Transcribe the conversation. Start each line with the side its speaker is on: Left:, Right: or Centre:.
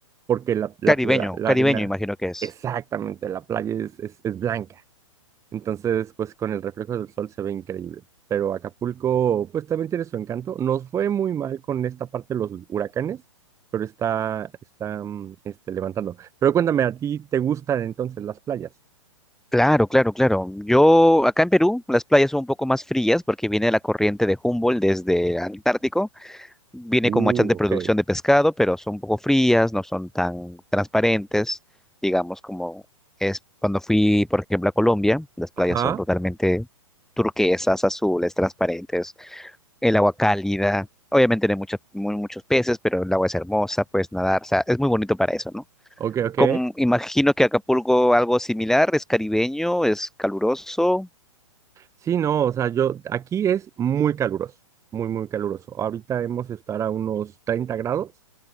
Right: porque la, la,
Centre: Caribeño,
Right: la- la
Centre: caribeño,
Right: arena,
Centre: imagino que es.
Right: exactamente, la playa es, es, es blanca. Entonces, pues con el reflejo del sol se ve increíble. Pero Acapulco, pues también tiene su encanto. Nos fue muy mal con esta parte de los huracanes, pero está, está mm, este, levantando. Pero cuéntame, ¿a ti te gustan entonces las playas?
Centre: Claro, claro, claro. Yo, acá en Perú, las playas son un poco más frías porque viene la corriente de Humboldt desde Antártico. Viene
Right: Uh,
Centre: con machan de producción
Right: ok.
Centre: de pescado, pero son un poco frías, no son tan transparentes, digamos, como es cuando fui, por ejemplo, a Colombia. Las playas
Right: Ajá,
Centre: son totalmente turquesas, azules, transparentes, el agua cálida. Obviamente tiene muchos, muy, muchos peces, pero el agua es hermosa, puedes nadar, o sea, es muy bonito para eso, ¿no?
Right: ok, ok.
Centre: Como, imagino que Acapulco algo similar, es caribeño, es caluroso,
Right: Sí, no, o sea, yo, aquí es muy caluroso, muy, muy caluroso. Ahorita hemos de estar a unos 30 grados